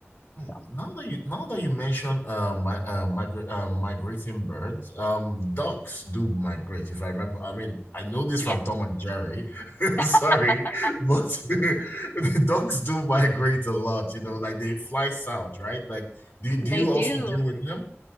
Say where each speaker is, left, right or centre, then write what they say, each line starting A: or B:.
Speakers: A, on the left (about 65°); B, on the left (about 50°).
A: Hmm,
B: So
A: Now that you now that you mention uh my uh migra uh, migrating birds, um ducks do migrate if I remember. I mean, I know this
B: yes,
A: from Tom and Jerry. <laughs> Sorry,
B: <laughs>
A: but <laughs> ducks do migrate a lot, you know, like they fly south, right? Like do do
B: they
A: you
B: do.
A: also deal with them?